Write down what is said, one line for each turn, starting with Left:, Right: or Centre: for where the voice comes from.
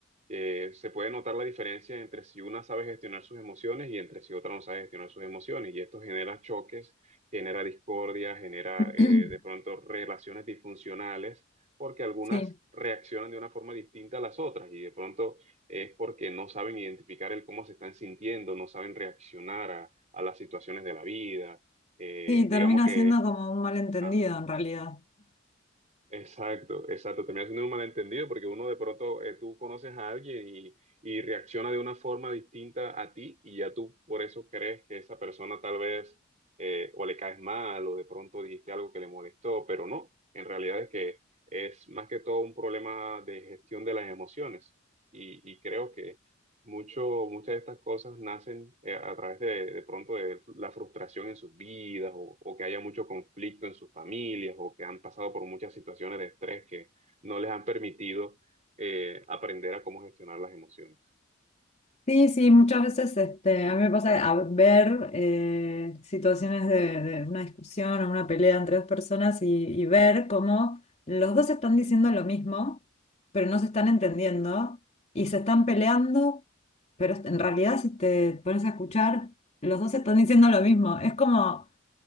Right: que se puede notar la diferencia entre si una sabe gestionar sus emociones y entre si otra no sabe gestionar sus emociones. Y esto genera choques, genera discordia, genera
Left: <clears throat>
Right: eh, de pronto relaciones disfuncionales, porque algunas
Left: sí,
Right: reaccionan de una forma distinta a las otras y de pronto es porque no saben identificar el cómo se están sintiendo, no saben reaccionar a, a las situaciones de la vida. Eh,
Left: sí,
Right: digamos
Left: termina
Right: que...
Left: siendo como un malentendido
Right: Ajá.
Left: en realidad.
Right: Exacto, exacto. Termina siendo un malentendido porque uno de pronto eh, tú conoces a alguien y, y reacciona de una forma distinta a ti y ya tú por eso crees que esa persona tal vez eh, o le caes mal o de pronto dijiste algo que le molestó, pero no, en realidad es que es más que todo un problema de gestión de las emociones y, y creo mucho, muchas de estas cosas nacen eh, a través de, de pronto de la frustración en sus vidas o, o que haya mucho conflicto en sus familias o que han pasado por muchas situaciones de estrés que no les han permitido eh, aprender a cómo gestionar las emociones.
Left: Sí, sí, muchas veces este, a mí me pasa que a ver eh, situaciones de, de una discusión o una pelea entre dos personas y, y ver cómo los dos están diciendo lo mismo, pero no se están entendiendo y se están peleando, pero en realidad si te pones a escuchar, los dos están diciendo lo mismo. Es como